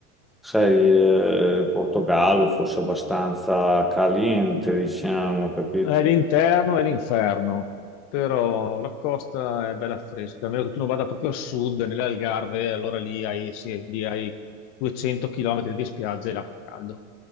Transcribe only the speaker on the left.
È l'interno e l'inferno, però la costa è bella fresca, a meno che tu non vada proprio a sud, nelle Algarve, allora lì hai, sì, lì hai 200 km di spiagge e l'acqua caldo.